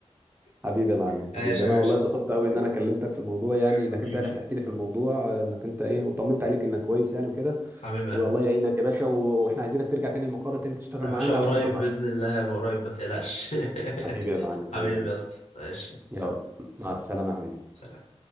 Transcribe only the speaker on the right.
حبيبي يا معلم
حبيبي
انا
والله اتبسطت قوي ان انا كلمتك في الموضوع يعني انك
انت يعني فتحتني في الموضوع انك انت ايه وطمنت عليك انك كويس يعني وكده
والله يعينك يا باشا و- واحنا عايزينك ترجع تاني المقر تاني تشتغل
معانا
عشان ما توحشنا
حبيبي يا معلم
حبيبي
يلا
مع السلامة يا حبيبي